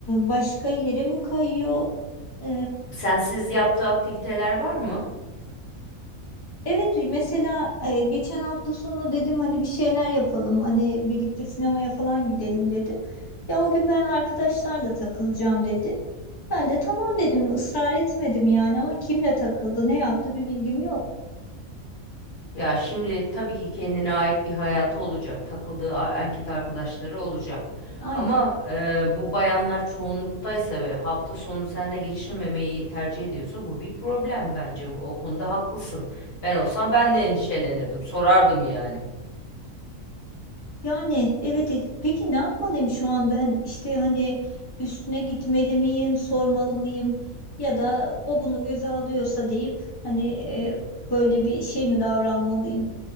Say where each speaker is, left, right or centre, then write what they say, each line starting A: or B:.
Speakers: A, on the left; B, on the left.
A: başka yere mi kayıyor? E,
B: Sensiz yaptığı aktiviteler var mı?
A: evet mesela e, geçen hafta sonu dedim hani bir şeyler yapalım. Hani birlikte sinemaya falan gidelim dedim. Ya o gün ben arkadaşlarla takılacağım dedi. Ben de tamam dedim, ısrar etmedim yani ama kimle takıldı, ne yaptı bir bilgim yok.
B: Ya şimdi tabii ki kendine ait bir hayatı olacak, takıldığı a- erkek arkadaşları olacak.
A: Aynen.
B: Ama e, bu bayanlar çoğunluktaysa ve hafta sonu seninle geçirmemeyi tercih ediyorsa bu bir problem bence. O o konuda haklısın. Ben olsam ben de endişelenirdim, sorardım yani.
A: Yani evet e, peki ne yapmalıyım şu an ben işte hani üstüne gitmeli miyim, sormalı mıyım ya da o bunu göze alıyorsa deyip hani e, böyle bir şey mi davranmalıyım?